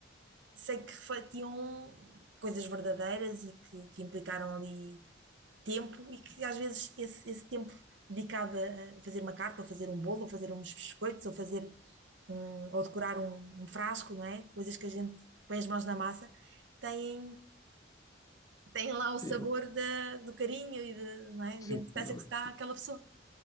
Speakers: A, on the right; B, on the left.
A: sei que refletiam coisas verdadeiras e que, que implicaram ali tempo, e que às vezes esse, esse tempo dedicado a fazer uma carta, ou fazer um bolo, ou fazer uns biscoitos, ou fazer um, ou decorar um, um frasco, não é? Coisas que a gente põe as mãos na massa, têm tem lá o sabor
B: Sim,
A: da- do carinho e de, não é?
B: sim,
A: da importância
B: sem dúvida.
A: que se dá àquela pessoa.